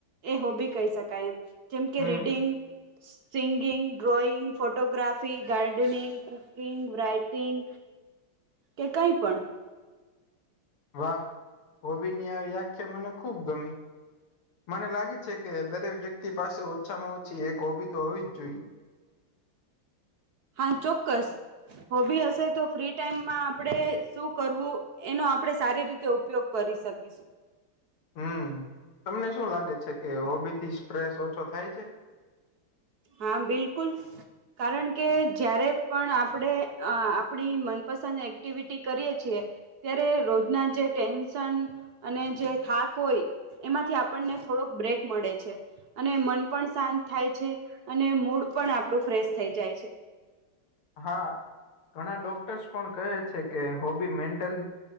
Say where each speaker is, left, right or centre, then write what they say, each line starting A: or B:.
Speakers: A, on the right (about 60°); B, on the left (about 85°).
A: એ હોબી કહી શકાય એમ જેમ કે
B: હમ
A: reading singing, drawing, photography, gardening, કુ કીગં વારાઈટિંગ કે કઈ પણ
B: વાહ હોબીની આ વ્યાખ્યા મને ખુબ ગમી મને લાગે છે, કે દરેક વ્યક્તિ પાસે ઓછામાં ઓછી એક હોબી તો હોવી જ જોઈએ
A: હા ચોક્કસ હોબી હશે તો ફ્રી ટાઈમમાં આપણેે શું કરવું? એનો આપણે સારી રીતે ઉપયોગ કરી શકીશું
B: હમ તમને શું લાગે છે, કે હોબીથી સ્ટ્રેસ ઓછો થાય છે?
A: હા બિલકુલ કારણ કે જ્યારે પણ આપણે અ આપણી મનપસંદ એક્ટિવિટી કરીએ છીએ ત્યારે રોજના જે ટેન્શન અને જે થાક હોય એમાંથી આપણને થોડોક બ્રેક મળે છે, અને મન પણ શાંત થાય છે. અને મૂડ પણ આપણું ફ્રેશ થઈ જાય છે.
B: હા ઘણા ડોક્ટર્સ પણ કહે છે, કે હોબી મેન્ટલ